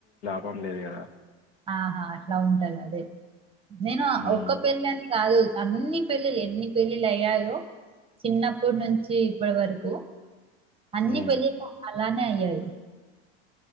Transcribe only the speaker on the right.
ఆహా అట్లా ఉంటద్ అదే నేను
ఒక్క పెళ్ళని కాదు అన్నీ పెళ్ళిళ్ళు ఎన్ని పెళ్ళియ్యయో చిన్నప్పుడ్ నుంచి ఇప్పట్ వరకు అన్నీ
పెళ్ళిళ్ళు అలానే అయ్యాయి.